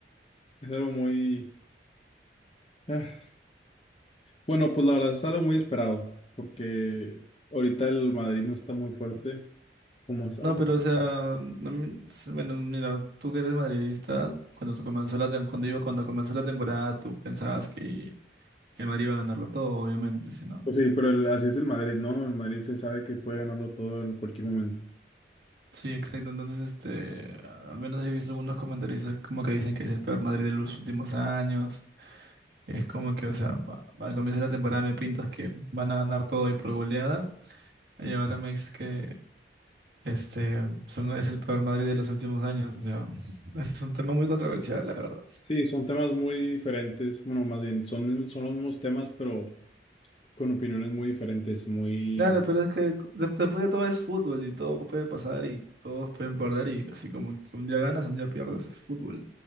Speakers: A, on the left; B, on the right.
A: Es algo muy... ah, Bueno, pues la verdad es algo muy esperado, porque ahorita el Madrid no está muy fuerte, como, sa-
B: No,
A: como-
B: pero o sea, no me- s- bueno, mira, tú que eres madridista, cuando tú comenzó la tem- cuando iba, cuando comenzó la temporada, tú pensabas que, que el Madrid iba a ganarlo todo, obviamente, si no.
A: pues sí, pero el- así es el Madrid, ¿no? El Madrid se sabe que puede ganarlo todo en cualquier momento.
B: Sí, exacto. Entonces, este, al menos he visto algunos comentaristas como que dicen que es el peor Madrid de los últimos años. Es como que, o sea, a- al comienzo de la temporada me pintas que van a ganar todo y por goleada, y ahora me dices que este son, es el peor Madrid de los últimos años. O sea, es un tema muy controversial, la verdad.
A: Sí, son temas muy diferentes, bueno, más bien, son, son los mismos temas, pero con opiniones muy diferentes, muy...
B: Claro, pero es que de- después de todo es fútbol y todo puede pasar y todos pueden perder y así como que un día ganas, un día pierdes, es fútbol.